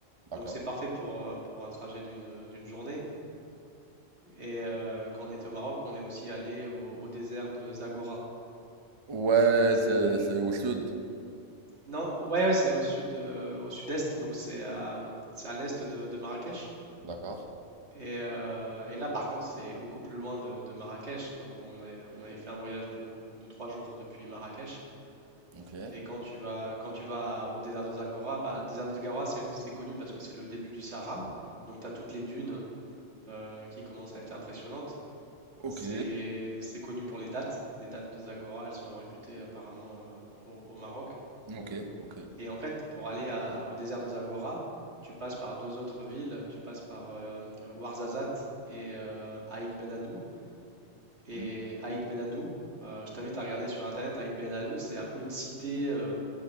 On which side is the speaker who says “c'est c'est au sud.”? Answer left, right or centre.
Right